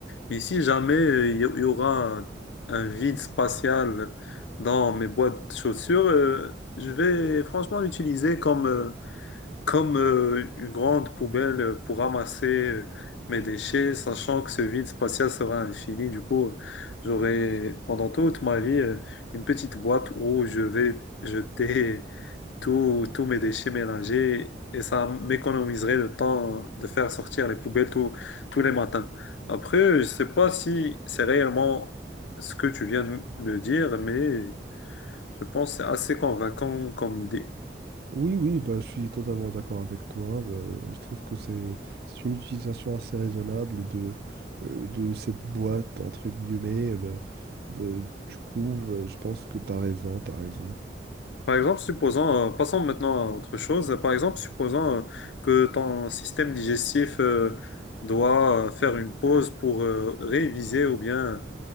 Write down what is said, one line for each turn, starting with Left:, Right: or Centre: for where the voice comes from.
Left: Mais si jamais euh, il y, il y aura un, un vide spatial dans mes boîtes de chaussures, euh, je vais franchement l'utiliser comme. euh, comme euh, une grande poubelle euh, pour ramasser euh, mes déchets, sachant que ce vide spatial sera infini. Du coup, j'aurai pendant toute ma vie euh, une petite boîte où je vais jeter tous tous mes déchets mélangés et ça m'économiserait le temps de faire sortir les poubelles tous tous les matins. Après, je sais pas si c'est réellement ce que tu viens de me dire, mais je pense que c'est assez convaincant comme idée.
Right: Oui, oui, bah, je suis totalement d'accord avec toi. Euh, je trouve que c'est c'est une utilisation assez raisonnable de, euh, de cette boîte, entre guillemets. Euh, bah, bah, du coup, euh, je pense que tu as raison, tu as raison.
Left: Par exemple, supposons, euh, passons maintenant à autre chose. Par exemple, supposons euh, que ton système digestif euh, doit euh, faire une pause pour euh, réviser ou bien